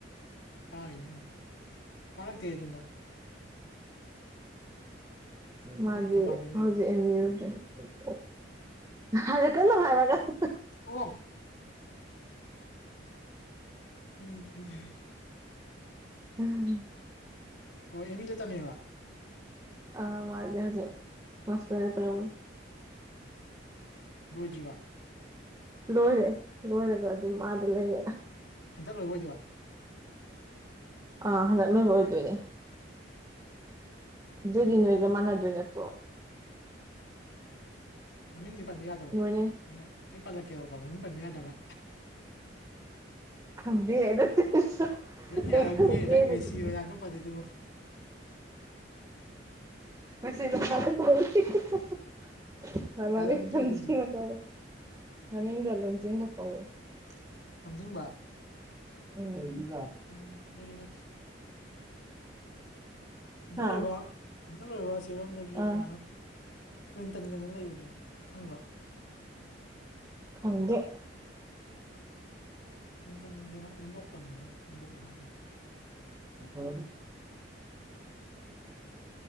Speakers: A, on the left; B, on the right.
A: ꯇꯥꯕ ꯌꯦ ꯀꯥꯥꯟꯛꯇ ꯇꯗ
B: ꯃꯥꯗꯤ
A: ꯑꯩꯗꯤ ꯊꯧꯕꯥꯜꯗꯩꯅꯦꯕ
B: ꯍꯧꯖꯤꯛ ꯑꯦꯝ ꯌꯨ ꯑꯣ ꯍꯥꯏꯔ ꯀꯩꯅꯣ ꯍꯥꯏꯔꯔꯒ <inaudible>
A: ꯑꯣ ꯑꯝ
B: ꯎꯝ
A: ꯑꯣ ꯏꯃꯤ ꯂꯩ ꯇꯝꯃꯦꯕ
B: ꯑ ꯃꯖ ꯍꯧꯁꯦ ꯃꯁ ꯍꯥꯏ ꯇꯕꯨ
A: ꯂꯣꯏꯗ꯭ꯔꯤꯕ
B: ꯂꯣꯏꯔꯦ ꯂꯣꯏꯔꯒ ꯑꯗꯨꯝ ꯃꯥꯗ ꯂꯩꯔ
A: ꯍꯟꯇꯛ ꯂꯣꯏꯕ ꯑꯣꯏꯗꯕ
B: ꯑꯥ ꯍꯟꯗꯛꯅꯦꯕꯨ ꯑꯣꯏꯗꯣꯏꯅꯦ ꯑꯗꯨꯏꯗꯤ ꯅꯣꯏꯒ ꯃꯥꯟꯅꯗꯣꯏ ꯅꯠꯇ꯭ꯔꯣ
A: ꯃꯃꯤꯡꯗꯤ ꯄꯟꯕ ꯌꯥꯗꯕ꯭ꯔꯣ
B: ꯅꯣꯏꯅ
A: ꯑꯩꯅ ꯑꯩ ꯄꯜꯂꯛꯀꯦꯕꯀꯣ ꯃꯃꯤꯡ ꯄꯟꯕ ꯌꯥꯗꯕ꯭ꯔꯥ
B: ꯈꯪꯗꯦ ꯑꯗꯨꯗꯤ ꯑꯩꯁꯨ
A: ꯑꯗꯨꯗꯤ
B: ꯑꯩ
A: ꯌꯥꯔꯝꯅꯤꯌꯦ
B: ꯈꯪꯗꯦ
A: ꯂ
B: ꯑꯗꯨꯗꯤ
A: ꯃꯦꯁꯤꯔꯣ ꯌꯥꯗ ꯐꯗꯦ ꯑꯗꯨꯕꯨꯣ <inaudible>
B: ꯃꯁꯃ ꯅꯝꯖ ꯅꯗ ꯑꯗꯨꯝ
A: ꯌꯥꯔꯝꯅꯤꯌꯦ ꯑꯗꯨꯗꯤ
B: ꯆ ꯂ ꯀ
A: ꯂꯝꯖꯤꯡꯕ
B: ꯑꯣ
A: ꯑꯣ ꯍꯕꯤꯕꯤꯅꯥ ꯍꯟꯇꯛ
B: ꯍꯥ
A: ꯑꯣꯏꯕ ꯍꯟꯇꯛ ꯂꯕ ꯆꯦꯔꯣꯝꯗꯒꯤ
B: ꯑꯥ
A: ꯏꯃꯥꯟꯅꯕ ꯀ꯭ꯂꯤꯟꯇꯟꯒꯅ ꯂꯩꯕꯅꯦꯕ ꯈꯪꯕ꯭ꯔꯥ
B: ꯈꯪꯗꯦ
A: ꯎꯝ꯭ꯋꯇꯟꯁꯦ ꯑꯦꯝꯕꯣꯛ ꯇꯝꯅꯤꯡꯕꯅꯤ ꯑꯦꯝꯕꯣꯛꯁ ꯃꯥ ꯇꯝ
B: ꯐ